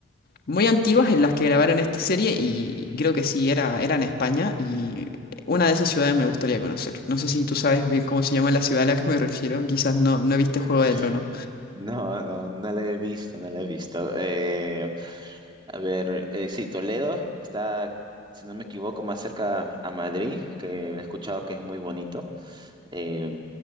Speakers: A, on the left; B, on the right.
A: muy antiguas en las que grabaron esta serie y creo que sí, era, era en España y una de esas ciudades me gustaría conocer. No sé si tú sabes bien cómo se llama la ciudad a la que me refiero, quizás no, no viste Juego
B: <laughs>
A: de Tronos.
B: No, no, no la he visto, no la he visto. Eh, a ver, eh, sí, Toledo está, si no me equivoco, más cerca a Madrid, que he escuchado que es muy bonito. Eh,